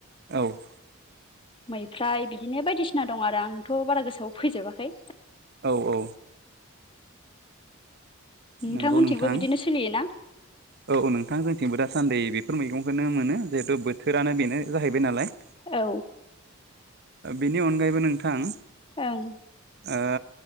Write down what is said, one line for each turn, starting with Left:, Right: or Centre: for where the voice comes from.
Right: औ
Left: मैफ्राय बिदिनो बायदिसिना दं आरो आंथ' बारा गोसोआव फैजोबाखै
Right: औ औ
Left: नोंथांमोनथिंबो
Right: नंगौ नोंथां
Left: बिदिनो सोलियोना
Right: औ औ नोंथां जोंथिंबो दासान्दि बेफोर मैगंखौनो मोनो जिहेथु बोथोरानो बेनो जाहैबाय नालाय
Left: औ
Right: ओ बेनि अनगायैबो नोंथां
Left: ओं
Right: ओ